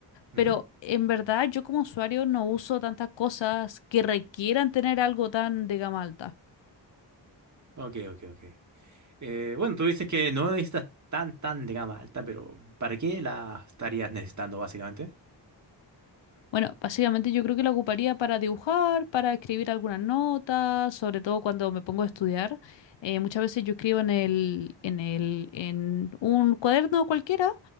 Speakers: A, on the right; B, on the left.
A: Ujú.
B: pero en verdad yo como usuario no uso tantas cosas que requieran tener algo tan de gama alta.
A: Ok, ok, ok. Eh, bueno, tú dices que no necesitas tan, tan de gama alta, pero ¿para qué la estarías necesitando, básicamente?
B: Bueno, básicamente yo creo que la ocuparía para dibujar, para escribir algunas notas, sobre todo cuando me pongo a estudiar. Eh, muchas veces yo escribo en el, en el, en un cuaderno cualquiera,